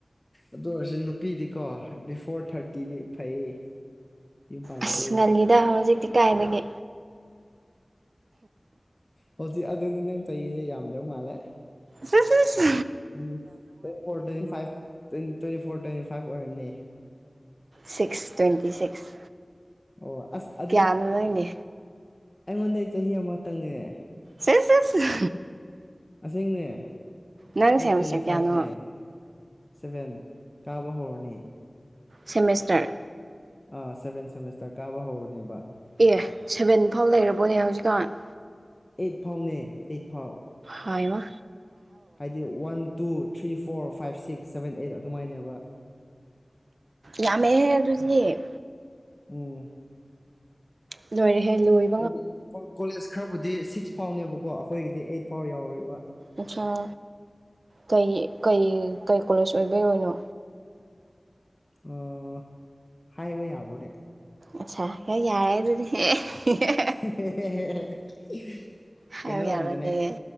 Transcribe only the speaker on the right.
ꯑꯁ ꯉꯜꯂꯤꯗ ꯍꯧꯖꯤꯛꯇꯤ ꯀꯥꯏꯗꯒꯤ꯫
ꯁꯤꯁꯤꯁ
Six twenty six.
ꯀꯌꯥꯅꯣ ꯅꯪꯗꯤ
ꯁꯤꯁ ꯁꯤꯁ
ꯅꯪ
ꯁꯦꯃꯤꯁꯇꯔ
ꯀꯌꯥꯅꯣ
ꯁꯦꯃꯤꯁꯇꯔ
ꯑꯦ ꯁꯚꯦꯟ ꯐꯥꯎ ꯂꯩꯔꯕꯣꯅꯦ ꯍꯧꯖꯤꯛꯀꯥꯟ
ꯍꯥꯏ ꯋꯥ
ꯌꯥꯝꯃꯦꯍꯦ ꯑꯗꯨꯗꯤ
ꯂꯣꯏꯔꯦꯍꯦ ꯂꯣꯏ
ꯑꯠꯆꯥꯥ ꯀꯩ ꯀꯩ ꯀꯩ ꯀꯣꯂꯦꯖ ꯑꯣꯏꯕꯩꯑꯣꯢꯅꯣ
ꯑꯠꯆꯥꯥ ꯍꯩ ꯌꯥꯔꯦ ꯑꯗꯨꯗꯤ ꯑꯦ ꯍꯦꯍꯦ
ꯍꯥꯏꯕ
ꯌꯥꯔꯣꯏꯌꯦ